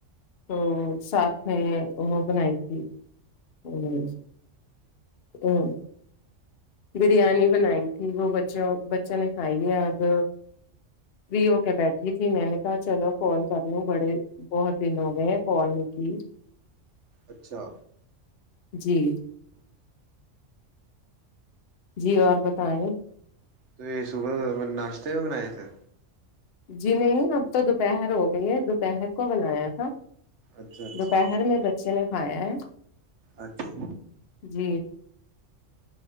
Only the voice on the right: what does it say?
اچھا
تو یہ صبح کو ناشتے بھی بنائے تھے
اچھا اچھا
اچھا